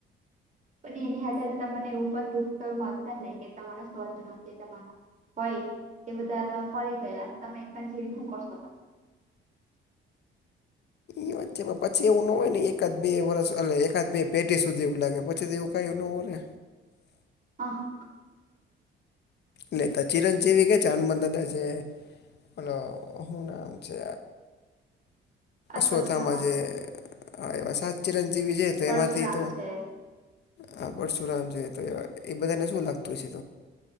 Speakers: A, on the right; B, on the left.
A: પણ એની અધારે તમને એવું પણ દુખ તો મળશે નહી કે તમારા સ્વજનો છે તમારા. હોય એ બધા મરી ગયા તમે એલા જવી ન કરશકો.
B: એ વાત છે પછી એવું ન હોય ને એકાદ બે વર્ષ એકાદ બે પેઢી સુધી એવું લાગે પછી તો એવું. ક ગાયયો નઑર.
A: હા.
B: નહી તો ચિરંજીવી કે છેાન મદદ છે મલો હું નામ છે.
A: અશ્વત્થામા
B: સોથામાં જે એવા સાત ચિરંજીવી છે તો
A: પરશુરામ
B: એમાંથી તો
A: છે
B: હ પરશુરામ જોઈએ તો એ બધાને શું લાગતું હશે